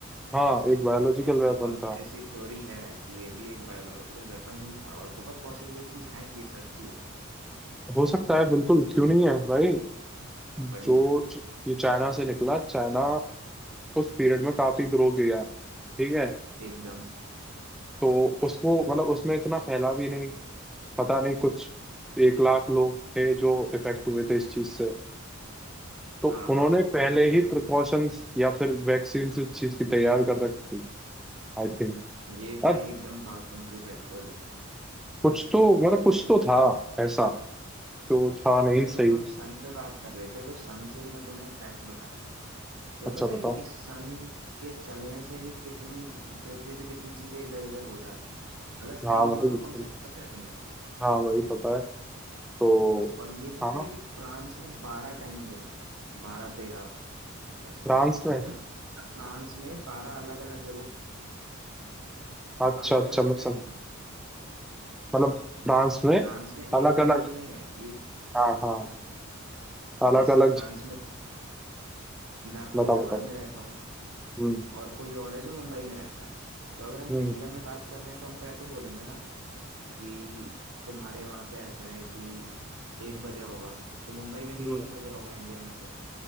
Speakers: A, in the centre; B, on the right.
A: हाँ एक बायोलॉजिकल
B: ऐसी
A: वेपन
B: कॉन्स्पिरेसी
A: था
B: थ्योरी है कि ये भी एक बायोलॉजिकल वेपन ही था और बहुत पॉसिबिलिटीज हैं कि ये सच भी हो
A: हो सकता है बिल्कुल क्यों नहीं है भाई जो
B: वही
A: च- ये चाइना से निकला चाइना उस पीरियड में काफी ग्रो किया है, ठीक है
B: एकदम
A: तो उसको मतलब उसमें इतना फैला भी नहीं पता नहीं कुछ एक लाख लोग थे जो इफेक्ट हुए थे इस चीज से तो
B: हाँ
A: उन्होंने
B: हाँ
A: पहले ही प्रिकॉशंस या फिर वैक्सीन इस चीज की तैयार कर रखी थी आई थिंक
B: ये भाई
A: अब
B: एकदम बात तुम्हारी फैक्चुअल है
A: कुछ तो मतलब कुछ तो था ऐसा जो था
B: अच्छा
A: नहीं सही
B: चलो हम सन पे बात कर रहे थे तो सन से ही मैं तुम्हें एक फैक्ट बताता हूँ तुम्हें
A: अच्छा
B: पता
A: बताओ
B: है कि इस सन के चलने से ही कितनी पृथ्वी पे कितनी चीजें इधर उधर हो जाती हैं मतलब
A: हाँ
B: टाइम
A: भाई
B: जोन
A: बिल्कुल
B: का कॉन्सेप्ट पता है तुम्हें
A: हाँ भाई पता है तो
B: और ये पता
A: हाँ
B: है कि फ्रांस में बारह टाइम जोन है बारह तेरह के आसपास
A: फ्रांस में
B: मतलब फ्रांस में बारह अलग अलग जगहों
A: अच्छा
B: अलग
A: अच्छा
B: अलग
A: मैं
B: टाइम
A: समझ
B: जोन है
A: मतलब
B: मतलब
A: फ्रांस में
B: फ्रांस में एक
A: अलग
B: टाइम
A: अलग
B: जोन नहीं है एक
A: हाँ
B: हाँ
A: हाँ अलग
B: जैसे
A: अलग
B: फ्रांस में मैं फरीदाबाद
A: बताओ बताओ
B: में रहता हूँ
A: हम्म
B: और कोई और है जो मुंबई में रहता है तो अगर हम
A: हम्म
B: इंडिया में बात कर रहे हैं तो हम तो ऐसे बोलेंगे ना कि तुम्हारे वहां पे ऐसा है कि एक बज रहा होगा तो मुंबई में भी
A: हम्म
B: एक ही बज रहा होगा इंडिया में तो